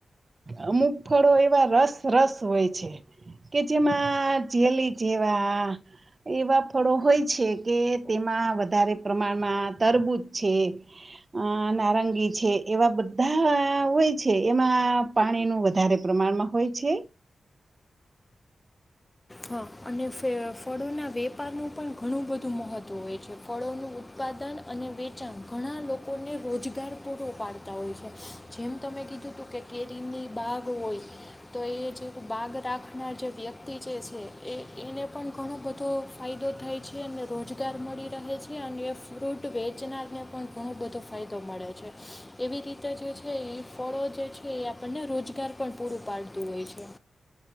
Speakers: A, on the right (about 45°); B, on the left (about 20°).
A: અમુક ફળો એવા રસ રસ હોય છે કે જેમાં જેલી જેવા એવા ફળો હોય છે કે તેમાં વધારે પ્રમાણમાં તરબૂજ છે અ નારંગી છે એવા બધ ધા હોય છે એમાં પાણીનું વધારે પ્રમાણમાં હોય છે
B: હા અને ફ ફળોના વેપારનું પણ ઘણું બધું મહત્ત્વ હોય છે. ફળોનું ઉત્પાદન અને વેચાણ ઘણા લોકોને રોજગાર પૂરોું પાડતા હોય છે જેમ તમે કીધું હતું કે કેરીની બાગ હોય તો એ જે બાગ રાખનાર જે વ્યક્તિ છે. છે એ એને પણ ઘણું બધો ફાયદો થાય છે અને રોજગાર મળી રહે છે અને એ ફ્રૂટ વેચનારને પણ ઘણો બધો ફાયદો મળે છે એવી રીતે જે છે એ ફળો જે છે એ આપણને રોજગાર પણ પૂરું પાડતું હોય છે.